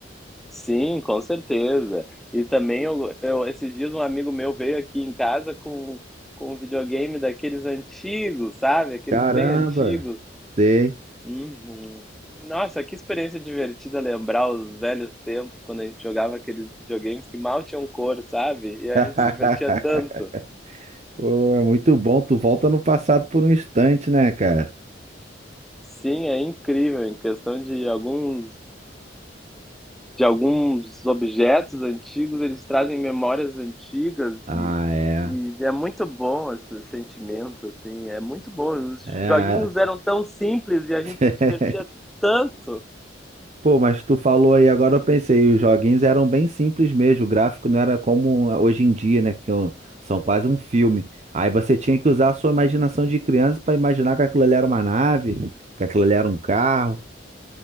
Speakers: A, in the centre; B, on the right.
A: Sim, com certeza. E também eu, eu esses dias um amigo meu veio aqui em casa com, com um videogame daqueles antigos, sabe? Aqueles
B: Caramba!
A: bem antigos.
B: Sei.
A: Uhum. Nossa, que experiência divertida lembrar os velhos tempos quando a gente jogava aqueles videogames que mal tinham cor, sabe? E a
B: <laughs>
A: gente se divertia tanto.
B: Pô, é muito bom. Tu volta no passado por um instante, né, cara?
A: Sim, é incrível. Em questão de alguns, de alguns objetos antigos, eles trazem memórias antigas
B: Ah,
A: e,
B: é.
A: e é muito bom esse sentimento, assim, é muito bom. Os
B: É.
A: joguinhos eram tão simples e a
B: <laughs>
A: gente se divertia tanto.
B: Pô, mas tu falou aí, agora eu pensei, os joguinhos eram bem simples mesmo, o gráfico não era como hoje em dia, né, que é um- são quase um filme. Aí você tinha que usar a sua imaginação de criança pra imaginar que aquilo ali era uma nave, que aquilo ali era um carro.